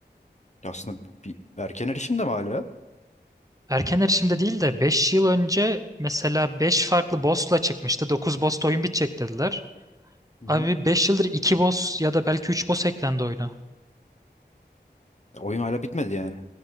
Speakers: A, on the left (about 40°); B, on the right (about 20°).
A: Aslında bir erken erişim de mi hala?
B: Erken erişimde değil de 5 yıl önce mesela 5 farklı boss'la çıkmıştı. dokuz boss'ta oyun bitecek dediler.
A: Hı
B: Abi
A: hı.
B: 5 yıldır 2 boss ya da belki 3 boss eklendi oyuna.
A: Oyun hala bitmedi yani.